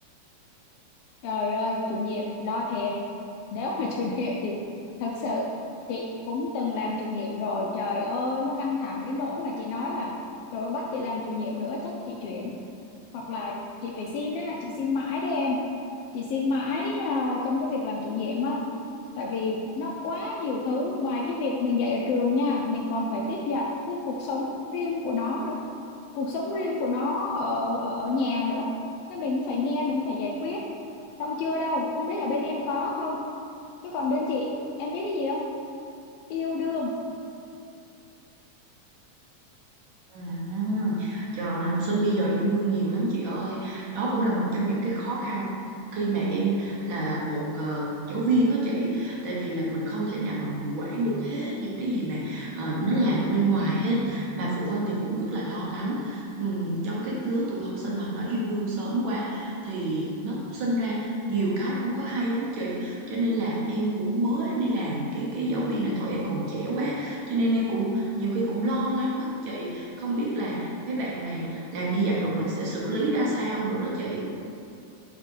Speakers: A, on the left; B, on the right.
A: Trời ơi, chủ nhiệm lo thiệt. Nếu mà <laughs> chủ nhiệm thì thật sự chị cũng từng làm chủ nhiệm rồi. Trời ơi, nó căng thẳng đến nỗi mà chị nói là trời ơi, bắt chị làm chủ nhiệm nữa chắc chị chuyển. Hoặc là chị phải xin á, chị xin mãi đấy em. Chị xin mãi à, trong cái việc làm chủ nhiệm á. Tại vì nó quá nhiều thứ ngoài cái việc mình dạy ở trường nha, mình còn phải tiếp nhận cái cuộc sống riêng của nó nữa cuộc sống riêng của nó ở ở, ở nhà nữa Thế mình phải nghe, mình phải giải quyết. Xong chưa đâu, không biết là bên em có không? Chứ còn bên chị, em biết cái gì không? Yêu đương.
B: À, à. Trời ơi, học sinh bây giờ yêu đương nhiều lắm chị ơi đó cũng là một trong những cái khó khăn khi mà em là một ờ, giáo viên đó chị tại vì là mình không thể nào mà mình quản được hết những cái gì mà ờ, nó làm ở bên ngoài hết mà phụ huynh thì cũng rất là lo lắng Ừm, trong cái lứa tuổi học sinh mà nó yêu đương sớm quá thì nó sinh ra nhiều cái không có hay lắm chị cho nên là em cũng mới đi làm cái cái giáo viên này thôi em còn trẻ quá cho nên em cũng nhiều khi cũng lo lắng lắm chị không biết là mấy bạn này làm như vậy rồi mình sẽ xử lý ra sao nữa đó chị